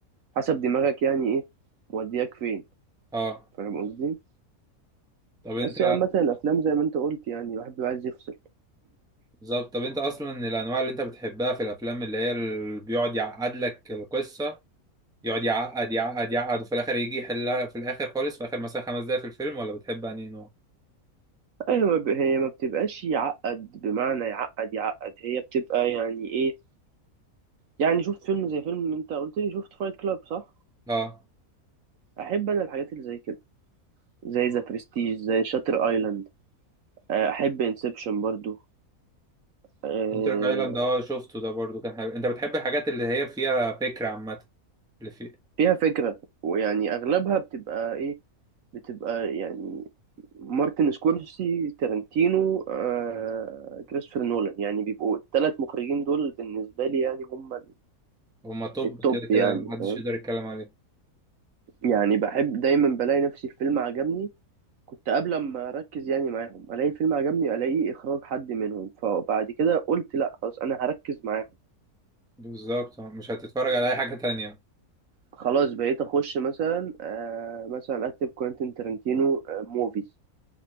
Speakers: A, on the right; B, in the centre.
A: حسب دماغك يعني ايه مودياك فين
B: أه
A: فاهم قصدي
B: طب أنت
A: بس يعني عامة الأفلام زي ما أنت قلت يعني الواحد بيبقى عايز يفصل
B: بالظبط طب أنت أصلا من الأنواع اللي أنت بتحبها في الأفلام اللي هي اللي بيقعد يعقد لك القصة يقعد يعقد يعقد يعقد وفي الآخر يجي يحلها في الآخر خالص في آخر مثلا خمس دقايق في الفيلم ولا بتحب أنهي نوع؟
A: هي ما ب... هي ما بتبقاش يعقد بمعنى يعقد يعقد هي بتبقى يعني إيه يعني شفت فيلم زي فيلم أنت قلت لي شفت فايت كلاب صح؟
B: أه
A: أحب أنا الحاجات اللي زي كده زي ذا برستيج زي شاتر أيلاند أحب انسبشن برضو أه...
B: شاتر ايلاند اه شفته ده برضو كان حلو انت بتحب الحاجات اللي هي فيها فكرة عامة اللي في
A: فيها فكرة ويعني أغلبها بتبقى إيه بتبقى يعني مارتن سكورسي تارنتينو آه، كريستوفر نولان يعني بيبقوا الثلاث مخرجين دول بالنسبة لي يعني هم
B: هما توب
A: التوب
B: كده
A: يعني
B: كده محدش
A: فاهم
B: يقدر يتكلم عليه
A: يعني بحب دايما بلاقي نفسي في فيلم عجبني كنت قبل ما اركز يعني معاهم الاقي فيلم عجبني الاقي اخراج حد منهم فبعد كده قلت لا خلاص انا هركز معاهم
B: بالظبط آه، مش هتتفرج على اي حاجة تانية
A: خلاص بقيت اخش مثلا آه مثلا اكتب كوينتين ترنتينو آه موفيز